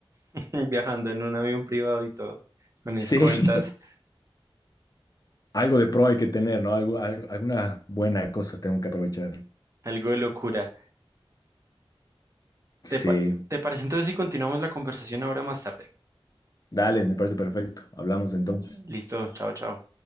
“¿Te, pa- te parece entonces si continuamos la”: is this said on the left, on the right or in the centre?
Right